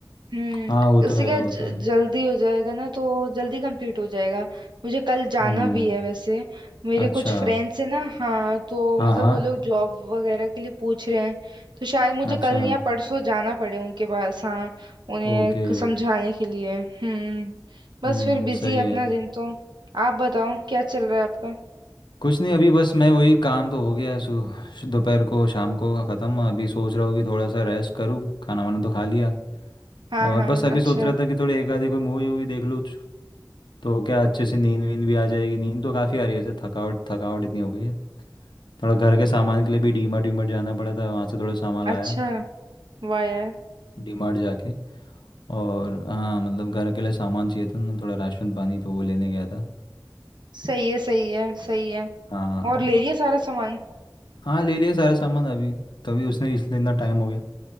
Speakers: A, on the right (about 80°); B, on the left (about 85°).
A: हम्म
B: हाँ वो तो
A: उससे
B: है
A: क्या ज-
B: वो तो है
A: जल्दी हो जाएगा ना तो जल्दी कंप्लीट हो जाएगा मुझे कल जाना
B: हम्म
A: भी है वैसे मेरे
B: अच्छा
A: कुछ फ्रेंड्स है ना हाँ तो
B: हाँ
A: मतलब
B: हाँ
A: वो लोग जॉब वगैरह के लिए पूछ रहे हैं तो शायद मुझे
B: अच्छा
A: कल या परसों जाना पड़े उनके पास हाँ उन्हें
B: ओके
A: क- समझाने के लिए हम्म बस
B: हम्म
A: फिर बिजी
B: सही
A: है अपना
B: है
A: दिन तो आप बताओ क्या चल रहा है आपका
B: कुछ नहीं अभी बस मैं वही काम तो हो गया सु सु- दोपहर को शाम को ख़त्म अभी सोच रहा हूँ कि थोड़ा सा रेस्ट करूँ खाना वाना तो खा लिया
A: हाँ
B: और
A: हाँ
B: बस अभी
A: अच्छा
B: सोच रहा था कि थोड़ी एक आधी कोई मूवी वूवी देख लूँ तो क्या अच्छे से नींद वींद भी आ जाएगी नींद तो काफ़ी आ रही है ऐसे थकावट थकावट इतनी हो गई है थोड़ा घर के सामान के लिए भी डीमार्ट वीमार्ट जाना पड़ा था वहाँ से थोड़ा सामान लाया
A: अच्छा वाह यार
B: डीमार्ट जाके और हाँ मतलब घर के लिए सामान चाहिए था ना थोड़ा राशन पानी तो वो लेने गया था
A: सही है सही है सही है
B: हाँ
A: और ले लिया सारा सामान
B: हाँ ले लिया सारा सामान अभी तभी उसने इसलिए इतना टाइम हो गया